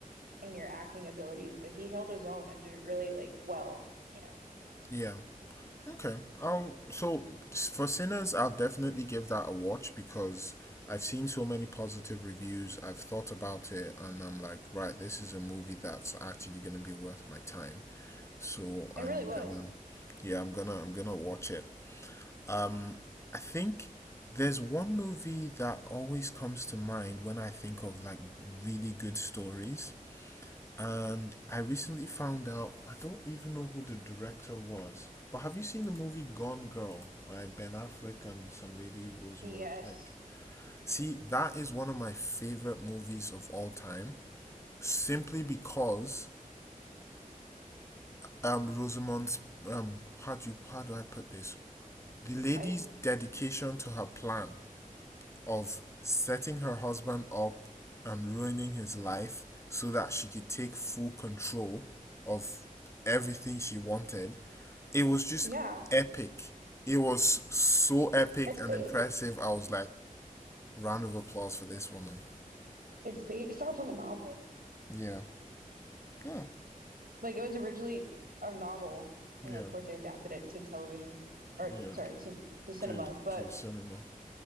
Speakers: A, on the right; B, on the left.
A: and your acting abilities, but he held his own and did it really like well, you know.
B: Yeah. Okay. I'll so for Sinners, I'll definitely give that a watch because I've seen so many positive reviews. I've thought about it and I'm like, right, this is a movie that's actually gonna be worth my time. So I'm
A: It really was.
B: gonna, yeah, I'm gonna, I'm gonna watch it. Um, I think there's one movie that always comes to mind when I think of like really good stories and I recently found out I don't even know who the director was. But have you seen the movie Gone Girl by Ben Affleck and some lady Rosamund
A: Yes,
B: Pike? See, that is one of my favorite movies of all time, simply because um Rosamund's um how do you how do I put this? The lady's
A: Pike.
B: dedication to her plan of setting her husband up and ruining his life so that she could take full control of everything she wanted. It was just
A: Yeah,
B: epic. It was so epic
A: it's
B: and
A: based
B: impressive. I was like, round of applause for this woman.
A: it's based off of a novel.
B: Yeah. Huh.
A: Like it was originally a novel, and
B: Yeah.
A: of course they adapted it to television or
B: Yeah.
A: sorry, to to cinema,
B: To
A: but
B: to cinema.